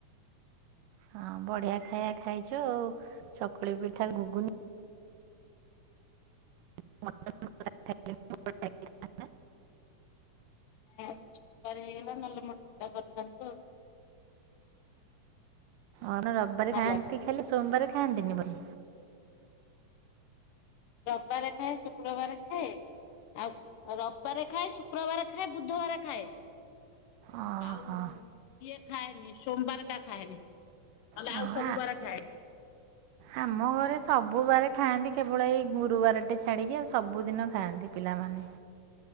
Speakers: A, on the right (about 80°); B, on the left (about 80°).
A: ହଁ ବଢିଆ ଖାଇବା ଖାଇଛ ଆଉ ଚକୁଳି ପିଠା, ଘୁଗୁନି। <inaudible>
B: ଆଜି ସବାର ହେଇଗଲା ନ ହେଲେ ମଟ ଟା କରିଥାନ୍ତୁ।
A: ଆମର ରବିବାର
B: ହାଲୋ
A: ଖାଆନ୍ତି ଖାଲି ସୋମବାରେ ଖାଆନ୍ତିନି ବୋଲି
B: ରବିବାର ଖାଏ ଶୁକ୍ରବାର ଖାଏ ଆଉ ଆଉ ରବିବାରେ ଖାଏ ଶୁ ଶୁକ୍ରବାର ଖାଏ ବୁଦ୍ଧବାର ଖାଏ।
A: ଓହୋ
B: ଆଉ-ଉ-ଉ ଇଏ ଖାଏନି ସୋମବାର ଟା ଖାଏନି। ନଲେ
A: ହଁ
B: ଆଉ ସବୁ
A: ଆ
B: ବାର ଖାଏ।
A: ଆମ ଘରେ ସବୁ ବାରେ ଖାଆନ୍ତି କେବଳ ଏଇ ଗୁରୁବାରଟେ ଛାଡିକି ଆଉ ସବୁଦିନ ଖାଆନ୍ତି ପିଲାମାନେ।